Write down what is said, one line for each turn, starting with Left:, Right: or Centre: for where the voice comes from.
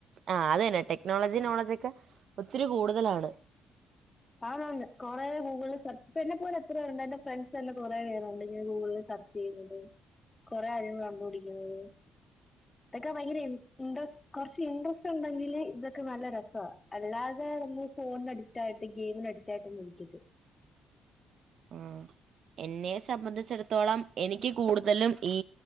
Right: ആഹ് അത് തന്നെ ടെക്നോളജി നോളജ് ഒക്കെ ഒത്തിരി കൂടുതലാണ്
Left: അതാണ് കുറെ ഗൂഗിള് സെർച്ച് ഇപ്പ എന്നെ പോലെ എത്രേരുണ്ട് എന്റെ ഫ്രണ്ട്സ് തന്നെ കുറെ പേരുണ്ട് ഇങ്ങനെ ഗൂഗിള് സെർച്ച് ചെയുന്നത് കൊറെ കാര്യങ്ങൾ കണ്ടപിടിക്കുന്നത് ഇതൊക്കെ ഭയങ്കര ഇഡ്റസ്റ്റിംഗ് കുറച്ച് ഇൻട്രസ്റ്റ് ഉണ്ടെങ്കില് ഇതൊക്കെ നല്ല രസവാണ് അല്ലാതെ ഫോണ് അഡിക്റ്റ് ആയിട്ട് ഗെയിം അടിറ്റായിട്ടൊന്നും ഇരിക്കല്
Right: ആഹ് എന്നെ സംബന്ധിച്ചിടത്തോളം എനിക്ക് കൂടുതലും ഈ